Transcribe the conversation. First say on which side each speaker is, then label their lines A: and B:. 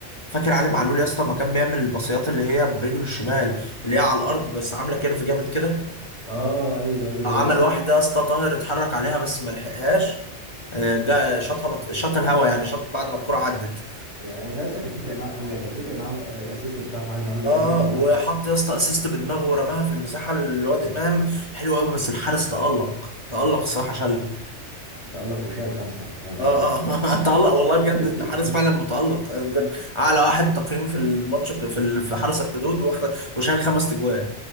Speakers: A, on the left; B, on the left.
A: فاكر علي معلول يا اسطى ما كان بيعمل الباصيات اللي هي برجله الشمال اللي هي على الارض بس عامله كيرف جامد كده
B: اه ايوه ايوه زي
A: عمل
B: مثلا
A: واحدة يا اسطى طاهر اتحرك عليها بس ما لحقهاش آه، جا شاطها بط... شاط الهوا يعني شاط بعد ما الكرة عدت
B: يا يا اسطى كانت تفرق معاه قوي يعني كانت تفرق معاه وال- الاسيست بتاع علي معلول ده
A: اه
B: كان يفرق معاه
A: وحط
B: ك-
A: يا اسطى اسيست بدماغه ورماها في المساحة لواد امام حلو قوي بس الحارس تألق تألق الصراحة شالها
B: تألق وشال خمسه يا نهار
A: اه
B: ابيض
A: اه <laughs> تألق والله
B: <laughs>
A: بجد الحارس فعلا متألق آه، يمكن اعلى واحد تقييم في الماتش في في ال- في حرس الحدود واخد- وشال خمس تجوان